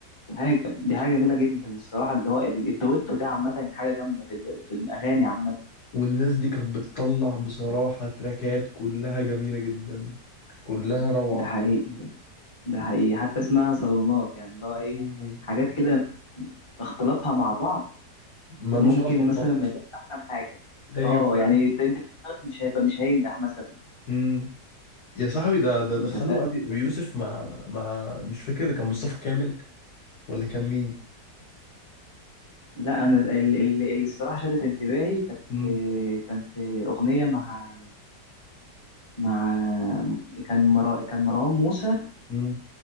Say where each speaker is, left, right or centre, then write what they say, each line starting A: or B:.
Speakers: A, on the left; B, on the left.
A: دي حاجه دي حاجه جميله جدا الصراحه اللي هو ال- الدويتو ده عامه حاجه جامده في ال- في الاغاني عامه
B: والناس دي كانت بتطلع بصراحة تراكات كلها جميلة جدا كلها روعة
A: ده حقيقي ده حقيقي حتى اسمها صالونات يعني اللي هو ايه
B: مم.
A: حاجات كده يعني اختلاطها مع بعض
B: ملوش
A: ممكن
B: علاقة ببعض
A: مثلا ما يبقاش احسن حاجه
B: ايوه
A: اه
B: فعلا
A: يعني انت انت في دماغك مش هيبقى مش هينجح مثلا
B: امم يا صاحبي ده ده دخلوا
A: انت فاهم
B: ابي ابي يوسف مع مع مش فاكر كان مصطفى كامل ولا كان مين
A: لا انا ال- ال- اللي الصراحه شدت انتباهي كانت
B: امم
A: كانت اغنيه مع مع كان مرا كان مروان موسى
B: امم